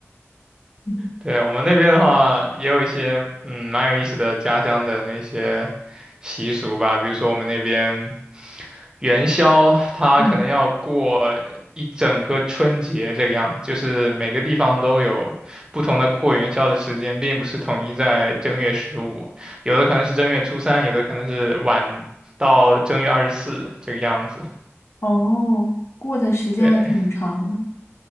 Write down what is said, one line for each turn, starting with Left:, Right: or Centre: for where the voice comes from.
Left: 嗯
Right: 对，我们那边的话，也有一些嗯蛮有意思的家乡的那些习俗吧，比如说我们那边元宵，它可能要过
Left: 嗯，
Right: 一整个春节这个样子，就是每个地方都有不同的过元宵的时间，并不是统一在正月十五，有的可能是正月初三，有的可能是晚到正月二十四这个样子。
Left: 哦，过的时间还挺长的。
Right: 对，